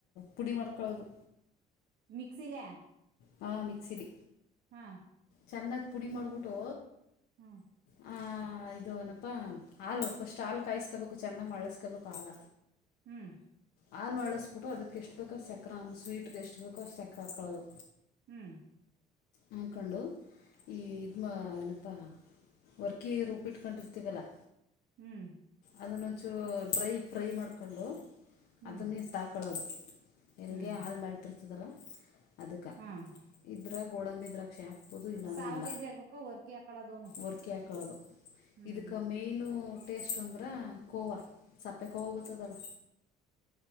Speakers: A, on the left; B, on the right.
A: ಪುಡಿ ಮಾಡ್ಕೊಳ್ಳೋದು.
B: ಮಿಕ್ಸಿಲೆ
A: ಹಾ, ಮಿಕ್ಸಿ ರಿ
B: ಹಾ
A: ಚೆನ್ನಾಗಿ ಪುಡಿ ಮಾಡ್ಬಿಟ್ಟು.
B: ಹ್ಮ್
A: ಹ ಹ ಇದು ಏನಪ್ಪಾ ಹಾಲು ಫಸ್ಟ್ ಹಾಲು ಕಾಯಸ್ಕೋಬೇಕು ಚೆನ್ನಾಗ್ ಮಳ್ಳುಸ್ಕೋಬೇಕು ಹಾಲ.
B: ಹ್ಮ್
A: ಹಾಲು ಮಾಳ್ಳ್ಸ್ಬಿಟ್ಟು ಅದಕ್ಕೆ ಎಷ್ಟು ಬೇಕೋ ಸಕ್ರೆ ಸ್ವೀಟ್ಗೆ ಎಷ್ಟು ಬೇಕೋ ಸಕ್ಕ್ರ ಹಾಕ್ಕೊಳದು.
B: ಹ್ಮ್
A: ಹಾಕೊಂಡು ಈ ಇದ್ಮ ಏನಪ್ಪಾ ವರ್ಕಿ ರುಬ್ಬಿಟ್ಕಂಡಿರ್ತೀವಲ್ಲಾ
B: ಹ್ಮ್
A: ಅದನ್ನೊಂಚೂರ್ ಡ್ರೈ ಫ್ರೈ ಮಾಡ್ಕೊಂಡು
B: ಹ್ಮ್
A: ಅದನ್ನು ಎತ್ತಾಕೊಳ್ಳೋದು. ಎಲ್ಲಿಗೆ
B: ಹ್ಮ್
A: ಹಾಲು ಮಳ್ಳ್ತಿರ್ತದಲ್ಲ ಅದಕ್ಕೆ
B: ಹಾ
A: ಇದ್ರ ಗೋಡಂಬಿ ದ್ರಾಕ್ಷೆ ಹಾಕ್ ಬೊದು ಇಲ್ಲಾ ಅಂದ್ರ
B: ಸಾವ್ಗೆ
A: ಇಲ್ಲ
B: ಜಾಗಕ್ಕ ವರ್ಕಿ ಹಾಕಳದೋನು
A: ವರ್ಕಿ ಹಾಕಳೋದು.
B: ಹ್ಮ್
A: ಇದಕ್ಕ ಮೈನು ಟೇಸ್ಟ್ ಅಂದ್ರ ಕೋವಾ ಸಪ್ಪೆ ಕೋವ ಗೊತ್ತದಲ್ಲ.